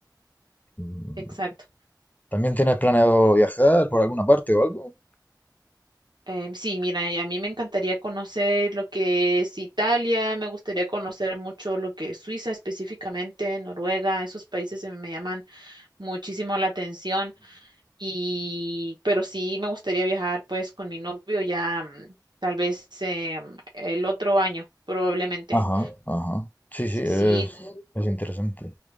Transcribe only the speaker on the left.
mm,
¿también tienes planeado viajar por alguna parte o algo?
Ajá, ajá. Sí,
sí, es,
es interesante.